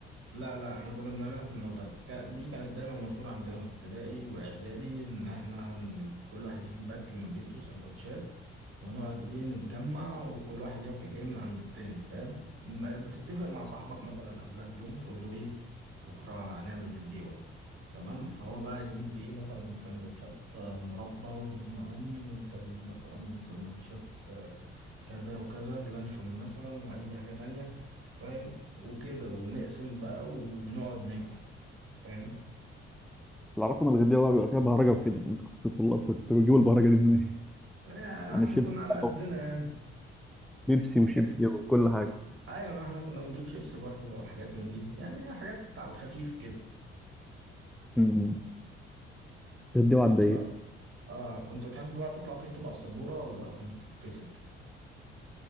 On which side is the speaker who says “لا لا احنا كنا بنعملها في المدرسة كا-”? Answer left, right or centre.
Right